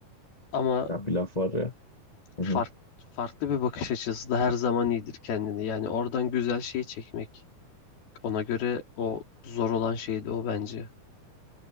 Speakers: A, on the left; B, on the left.
A: Ama
B: Ya bir laf var ya. Hı
A: fark,
B: hı.
A: farklı bir bakış açısı da her zaman iyidir kendini. Yani oradan güzel şeyi çekmek. Ona göre o zor olan şeydi o bence.